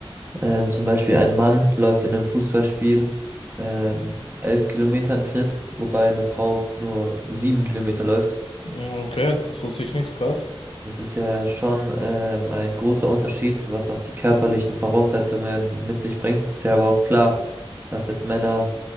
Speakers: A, on the right (about 20°); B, on the left (about 70°).
A: ähm, zum Beispiel ein Mann läuft in einem Fußballspiel ähm, elf Kilometer im Schnitt, wobei eine Frau nur sieben Kilometer läuft.
B: Okay, das wusste ich nicht, krass.
A: Das ist ja schon ähm, ein großer Unterschied, was auch die körperlichen Voraussetzungen mit sich bringt. Ist ja aber auch klar, dass jetzt Männer